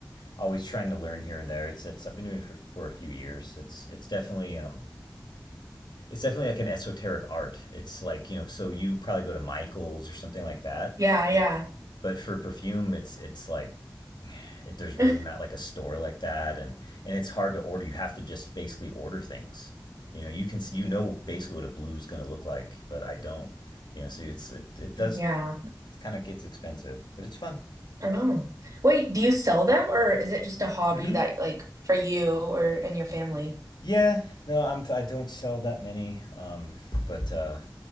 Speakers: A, on the left; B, on the right.
A: always trying to learn here and there. It's it's I've been doing it for, for a few years. It's it's definitely um it's definitely like an esoteric art. It's like, you know, so you probably go to Michaels or something like that.
B: Yeah, yeah.
A: But for perfume, it's it's like it, there's really
B: <laughs>
A: not like a store like that and and it's hard to order. You have to just basically order things. You know, you can see, you know basically what a blue is going to look like, but I don't. You know, so it's it, it does
B: Yeah.
A: it kind of gets expensive, but it's fun.
B: Oh. Wait, do you sell them or is it just a hobby
A: Mm-hmm.
B: that like for you or and your family?
A: Yeah, no, I'm I don't sell that many, um, but uh,